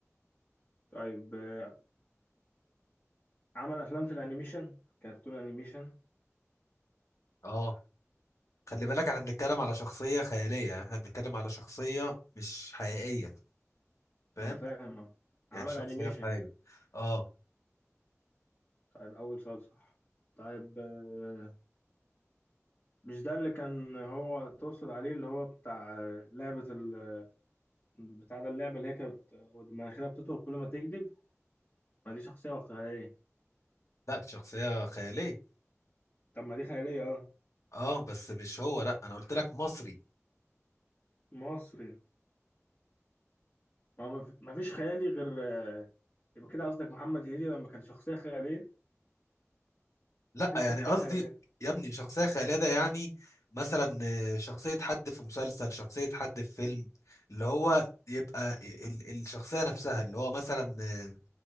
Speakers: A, on the left (about 35°); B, on the left (about 75°).
A: طيب آه، عمل افلام في الانيميشن كرتون انيميشن
B: اه خلي بالك احنا بنتكلم على شخصية خيالية احنا بنتكلم على شخصية مش حقيقية فاهم
A: انا فاهم اه عمل
B: يعني شخصية
A: انيميشن
B: في حاجة
A: يعني
B: اه
A: طيب اول سؤال صح طيب آه، مش ده اللي كان هو تقصد عليه اللي هو بتاع لعبة ال... بتاع ده اللعبة اللي هي كانت مناخيرها بتطول كل ما تكذب ما دي شخصية وخيالية
B: لا دي شخصية خيالية
A: طب ما دي خيالية اه
B: اه بس مش هو لا انا قلت لك مصري
A: مصري ما هو مف- ما فيش خيالي غير آه، يبقى كده قصدك محمد هنيدي لما كان شخصية خيالية
B: لا
A: مفيش
B: يعني
A: شخصية
B: قصدي
A: خيالية
B: يا ابني شخصية خالدة يعني مثلا آه، شخصية حد في مسلسل شخصية حد في فيلم اللي هو يبقى ال- الشخصية نفسها اللي هو مثلا آه،